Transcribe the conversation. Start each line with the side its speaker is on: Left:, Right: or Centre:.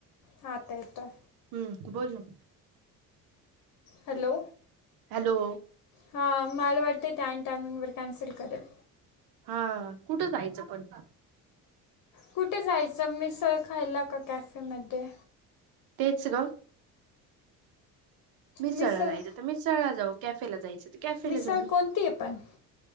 Left: हा आता येतोय.
Right: हम्म बोल ना.
Left: हॅलो
Right: हॅलो
Left: हां मला वाटतय त्या टायमिंगवर कॅन्सल करेल.
Right: हा कुठं जायचं पण.
Left: कुठे जायचं मीसळ खायला का कॅफेमध्ये.
Right: तेच ग. मिरसळला
Left: मिसळ
Right: जायचं तर मिसरला जाऊ कॅफेला जायचं तर कॅफेला
Left: मिसळ
Right: जाऊ.
Left: कोणती आहे पण